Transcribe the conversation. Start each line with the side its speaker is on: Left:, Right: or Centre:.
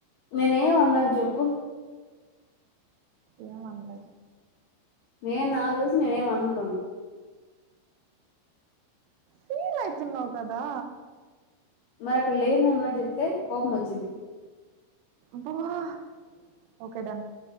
Left: నేనే ఏం అన్నాను చెప్పు
Right: ఏం అనలే
Left: నేను నాలుగు దసం నేనేం అనలే
Right: ఫీలవుతున్నావ్ కదా
Left: మరి లేద అన్నాడు చెప్తే కోపం వచ్చింది
Right: బహ <unintelligible> ఓకే డన్